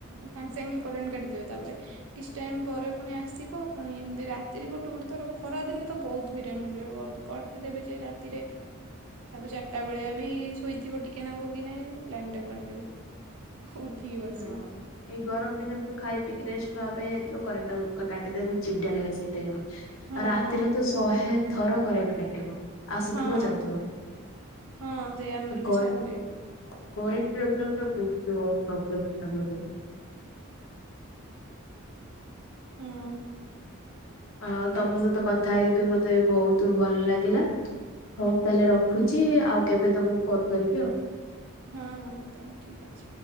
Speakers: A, on the right; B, on the left.
A: ସାଙ୍ଗେ-ସାଙ୍ଗେ କରେଣ୍ଟ କାଟିିଦେବେ ତାପରେ କିଛି ଟାଇମ୍ ପରେ ପୁଣି ଆସିବ ପୁଣି ଏମ୍ତି ରାତିରେ ଗୋଟେ-ଗୋଟେ ଥର ଖରା ଦିନେ ତ ବହୁତ୍ ହେଇରାଣ <unintelligible> କଟିଦେବେ ଯେ ରାତିରେ ତାପରେ ଚାରିଟା ବେଳିଆ ବି ଶୋଇଥିବ ଟିକେ ନା <unintelligible> ଲାଇନ୍ ଟାକୁ କାଟିଦେବେ। ଉଠିକି ବସିବ।
B: ହଁ। ଏଇ ଗରମ୍ ଦିନେରେ ତ ଖାଇ ପିଇକି ରେଷ୍ଟ ନବା ପାଇଁ ଯାଇଥିବ କରେଣ୍ଟ ଟା କାଟିଦେବେ ବହୁତ୍ ଚିଡ଼ା ଲାଗେ ସେଇ ଟାଇମ୍ ରେ।
A: ହଁ
B: ଆଉ ରାତିରେ
A: ହଁ
B: ତ ଶହେ ଥର କରେଣ୍ଟ କାଟିବେ। ଆସୁଥିବ
A: ହଁ
B: ଯାଉଥିବ,
A: ହଁ ହଁ ସେଇ ଆମର ବି
B: କର
A: ସେୟା ହୁଏ
B: କରେନ୍ଟ୍ ପ୍ରୋବ୍ଲେମ୍ ଟା ବହୁତ୍ <inaudible>
A: ହୁଁ।
B: ଆଉ ତମ ସହିତ କଥା ହେଇ ଏବେ ମତେ ବହୁତୁ ଭଲ୍ ଲାଗିଲା। ହଉ ମୁଁ ତାହେଲେ ରଖୁଚି,
A: ହୁଁ
B: ଆଉ କେବେ ତମୁକୁ ଫୋନ୍ କରିବି।
A: ହଁ-ହଁ <inaudible>